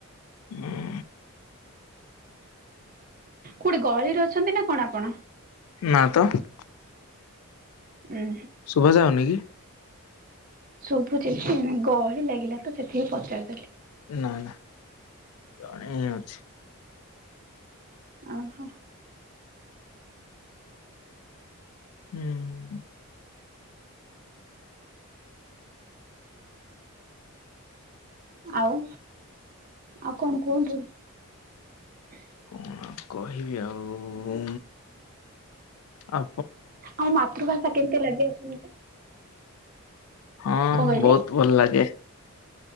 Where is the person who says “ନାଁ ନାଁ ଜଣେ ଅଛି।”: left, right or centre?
Left